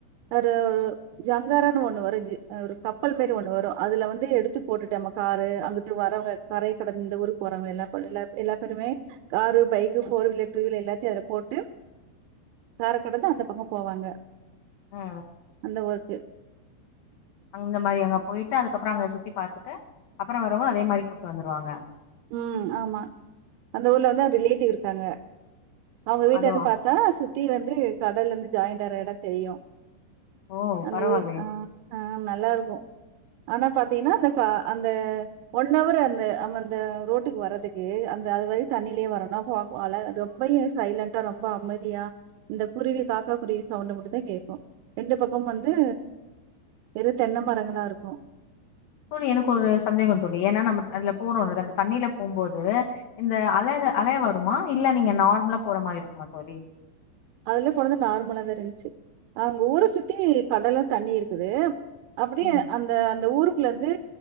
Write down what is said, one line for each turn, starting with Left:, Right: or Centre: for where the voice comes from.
Right: ஒரு ஒரு ஜங்காரான் ஒண்ணு வரும் ஒரு கப்பல் மாரி ஒண்ணு வரும் அதுல வந்து எடுத்து போட்டுட்டமா காரு அங்குட்டு வரவ்ங்க கரய கடந்து இந்த ஊருக்கு வரவுங்க எல்லா எல்ல எல்லா பேருமே car bike four wheeler two wheeler எல்லாத்தயு அதுல போட்டு காரக்கடந்து அந்த பக்கோ போவாங்க
Left: ஆ
Right: அந்த ஒருக்கு
Left: அங்ந்த மாரி அங்க போய்ட்டு அதுக்கப்றோ அங்க சுத்தி பாத்துட்டு அப்பற வரவும் அதே மாரி கூட்டு வந்துருவாங்க
Right: உம் ஆமா அந்த ஊர்ல வந்து ஒரு ரிலேட்டிவ் இருக்காங்க அவுங்க வீட்லேந்து
Left: அதுவு
Right: பாத் சுத்தி வந்து கடல்லந்து ஜாய்ண்ட் ஆர எடோ தெரியு
Left: ஓ
Right: அந்த
Left: பரவாயில்லயே
Right: ஊர் ஆ ஆ நல்லாருக்கு ஆனா பாத்திங்கனா அந்த கா அந்த ஒன்னவர் அந்த ஆமா அந்த ரோட்டுக்கு வரறதுக்கு அந்த அந்த ரோட்டுக்கு வரதுக்கு அந்த அது வரையு தண்ணிலே வரனு அ அல ரொம்பயு சைலண் ட்டா ரொம்ப அமதியா இந்த குருவி காக்கா குருவி சவுண்டு மட்டுதா கேக்கு ரெண்டு பக்கோ வந்து வெறு தென்ன மரங்களா இருக்கும்
Left: தோழி எனக்கு ஒரு சந்தேகோ தோழி ஏனா நம்ம அதுல போறோல அந்த தண்ணில போம்போது இந்த அழக அலய வருமா இல்ல நீங்க நார்ம்லா போற மாரி இருக்குமா தோழி
Right: அதுலே போனது நார்மலா தா இருந்ச்சு அங்கு ஊர சுத்தி கடல்லு தண்ணி இருக்குது அப்டியே
Left: ம்
Right: அந்த அந்த ஊருக் குலந்து